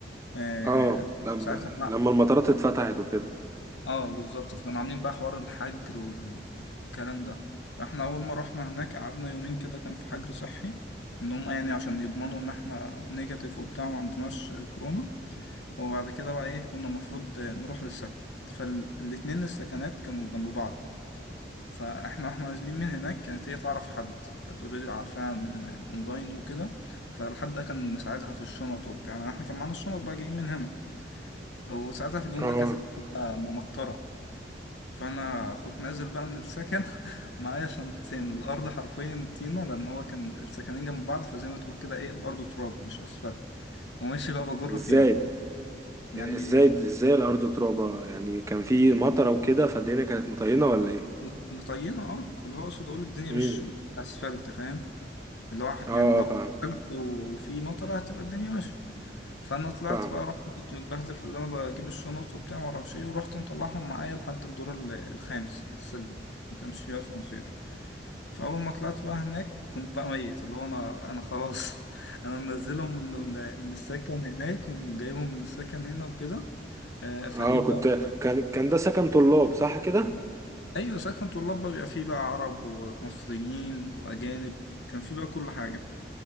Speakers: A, on the left (about 80°); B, on the right (about 15°).
A: آه
B: اه لما
A: ساعتها
B: لما المطارات اتفتحت وكده
A: اه بالظبط فكانوا عاملين بقى حوار الحجر والكلام ده فاحنا اول ما رحنا هناك قعدنا يومين كده كان في حجر صحي ان هم يعني عشان يضمنوا ان احنا نيجاتيف وبتاع وما عندناش كورونا وبعد كده بقى ايه كنا المفروض نروح للسكن فالاتنين السكنات كانوا جنب بعض فاحنا واحنا نازلين من هناك كانت هي تعرف حد كانت اوريدي عارفاها من اونلاين وكده فالحد ده كان مساعدها في الشنط وبتاع يعني احنا كان معانا الشنط بقى جايين من هنا وساعتها في اليوم
B: اه
A: ده كانت الدنيا ممطرة فانا كنت نازل بقى من السكن <laughs> معايا شنطتين الارض حرفيا طينه لان هو كان السكنين جنب بعض فزي ما تقول كده ايه الارض تراب مش اسفلت وماشي بقى بجر
B: ازاي
A: فيهم يعني
B: ازاي ازاي الارض ترابه يعني كان في مطره وكده فالدنيا كانت مطينه ولا ايه
A: مت- مطينه اه اللي هو اقصد اقول الدنيا
B: امم
A: مش مش اسفلت فاهم اللي هو ح-
B: اه
A: يعني لو
B: فاهم
A: اسفلت وفي مطره هتبقى الدنيا ماشيه فانا طلعت
B: فاهم
A: بقى رحت كنت متبهدل في اللي انا بجيب الشنط وبتاع ما اعرفش ايه ورحت مطلعهم معايا لحد الدور ال- الخامس على السلم ما كانش فيه اسانسير فاول ما طلعت بقى هناك كنت بقى ميت اللي هو انا انا خلاص <laughs> انا منزلهم من ال- من السكن هناك وجايبهم من السكن هنا وكده آه، فلقيت
B: اه كنت
A: بقى
B: كان كان ده سكن طلاب صح كده
A: ايوه سكن طلاب بقى بيبقى فيه بقى عرب ومصريين واجانب كان فيه بقى كل حاجه